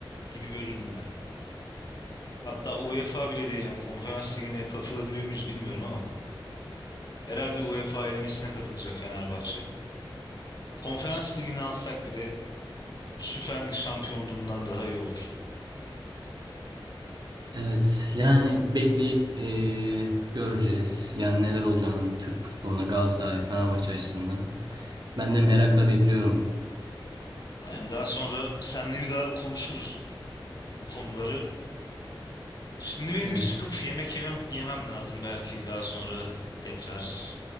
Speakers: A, on the left; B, on the right.
A: gibi görürüm ben. Hatta UEFA bile değil hani konferans ligine katılabiliyor muyuz bilmiyorum ama herhalde UEFA elemesine katılacak Fenerbahçe. Konferans ligini alsak bile Süper Lig şampiyonluğundan daha iyi olur.
B: Evet, yani bekleyip e, göreceğiz. Yani neler olacağını Türk futboluna Galatasaray, Fenerbahçe açısından. Ben de merakla bekliyorum.
A: Aynen daha sonra seninle bir daha konuşuruz bu konuları. Şimdi benim
B: Evet.
A: bir çıkıp yemek yemem, yemem lazım belki daha sonra tekrar